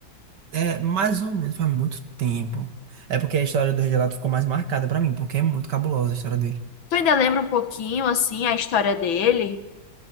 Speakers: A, on the right; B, on the left.
A: É mais ou menos faz muito tempo. É porque a história do Regelato ficou mais marcada pra mim, porque é muito cabulosa a história dele.
B: Tu ainda lembra um pouquinho, assim, a história dele?